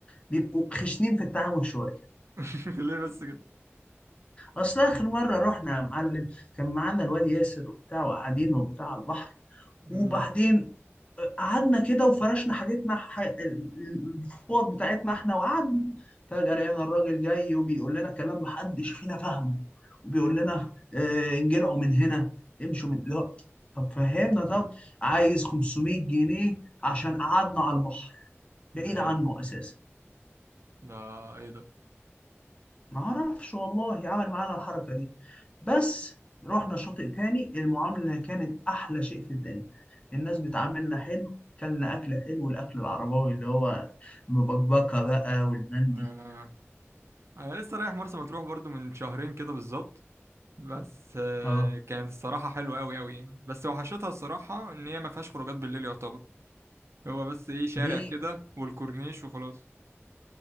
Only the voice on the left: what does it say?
بيبقوا خشنين في التعامل شويه
اصل اخر مره رحنا يا معلم كان معانا الواد ياسر وبتاع وقاعدين وبتاع على البحر
وبعدين قعدنا كده وفرشنا حاجتنا ح... الفوط بتاعتنا احنا وقعدنا فجاه لقينا الراجل جاي وبيقول لنا كلام محدش فينا فاهمه وبيقول لنا اه انجلعوا من هنا امشوا من لا طب فهمنا طب عايز 500 جنيه عشان قعدنا على البحر بعيد
عنه
اساسا
ما اعرفش والله عمل معانا الحركه دي بس رحنا شاطئ تاني المعامله كانت احلى شيء في الدنيا الناس بتعاملنا حلو كلنا اكل حلو الاكل العرباوي اللي هو المبكبكه بقى والمندي
اه
ليه